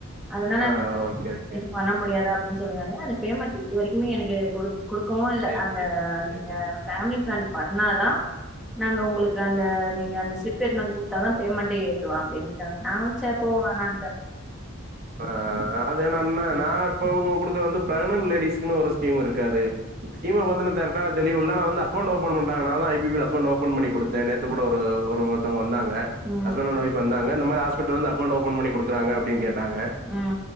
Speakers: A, in the centre; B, on the right.
A: அதனால
B: ஆ
A: <inaudible>
B: ஓகே, ஓகே.
A: வும் பண்ண முடியாதா அப்படின்னு சொன்னங்க அந்த பேமெண்ட் இது வரைக்குமே எனக்கு குடுக் குடுக்கவும்
B: ஓ
A: இல்ல
B: சேரி
A: அந்த
B: சேரி சேரிங்க
A: நீங்க ஃபேமிலி பிளான் பண்ணாதான் நாங்க உங்களுக்கு அந்த நீங்க அந்த ஸ்லிப் எத்துன்னு வந்து குடுத்தாதான் பேமெண்ட்ட ஏத்துவான் அப்படின்டாங்க நானு சரி போ வேண்டான்டே
B: அ அது என்னன்னா நான் இப்ப உங்க குடுக்கற வந்து பிரெகனன்ட் லேடி ஸ்கன்னு ஒரு ஸ்கீம் இருக்கு அது சீக்கிம பாத்தோனே டைரக்டா நா தெளிவா பண்ண அகௌண்ட் ஓன் பண்றாங்க நாதான் ஐ பி பி ல அக்கௌன்ட் ஓபன் பண்ணி கொடுத்து நேத்து கூட ஒரு ஒருவத்தங்க வந்தாங்க
A: ம்
B: ஹஸ்பண்ட அண்ட் ஓய்ஃப் வந்தாங்க இந்த மாதிரி ஹாஸ்பிடல இருந்து அக்கௌன்ட் ஓபன் பண்ணி கொடுக்குறாங்க அப்டீன்னு கேட்டாங்க
A: ம்